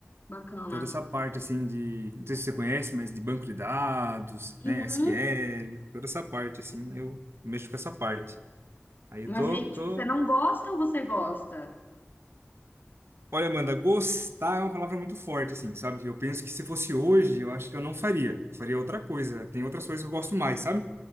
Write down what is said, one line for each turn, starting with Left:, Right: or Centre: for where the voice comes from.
Left: Bacana.
Right: Toda essa parte, assim, de, não sei se você conhece, mas de banco de dados,
Left: Uhum.
Right: né, SQL, toda essa parte, assim, eu, eu mexo com essa parte. Aí eu
Left: Mas
Right: tô,
Left: aí,
Right: tô
Left: tipo, você não gosta ou você gosta?
Right: Olha, Amanda, gostar é uma palavra muito forte, assim, sabe? Eu penso que se fosse hoje, eu acho que eu não faria. Eu faria outra coisa. Tem outras coisas que eu gosto mais, sabe?